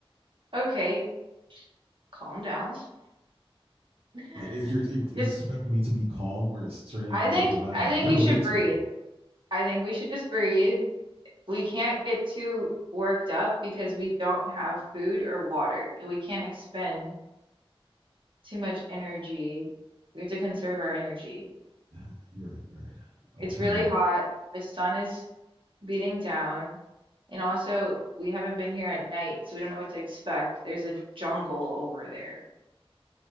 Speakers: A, on the right (about 55°); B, on the right (about 75°).
A: Okay, calm down. <laughs>
B: Like you're, you're you're
A: Just,
B: expecting me to be calm where it's stranded
A: I
B: on a
A: think,
B: deserted island.
A: I think
B: You're
A: you
B: way
A: should
B: too
A: breathe.
B: calm.
A: I think we should just breathe. We can't get too worked up because we don't have food or water, and we can't expend too much energy. We have to conserve our energy.
B: <sighs> You're right. You're right.
A: It's
B: I'll try
A: really
B: and
A: hot. The sun is beating down, and also we haven't been here at night, so we don't know what to expect. There's a jungle over there.